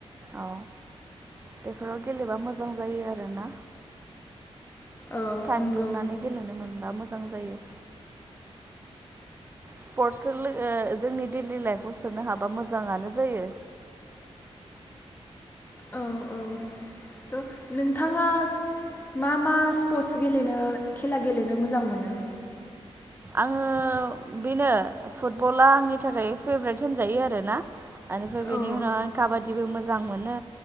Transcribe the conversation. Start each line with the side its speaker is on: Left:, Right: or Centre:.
Right: औ बेफोराव गेलेबा मोजां जायो आरो ना।
Left: औ
Right: टाइम
Left: नंगौ
Right: दिहुननानै गेलेनो मोनबा मो जां जायो। स्पर्टसखौ ओ जोंनि देइलि लाइफआव सोनो हाबा मोजाङानो जायो।
Left: औ औ त' नोंथाङा मा मा स्पर्टस गेलेनो खेला गेलेनो मोजां मोनो?
Right: आङो बेनो फुटबला आंनि थाखाय फेभ्रेट होनजायो आरो ना। आरो फ्राय बेनि
Left: औ
Right: उनाव काबाद बिदिबो मोजां मोनो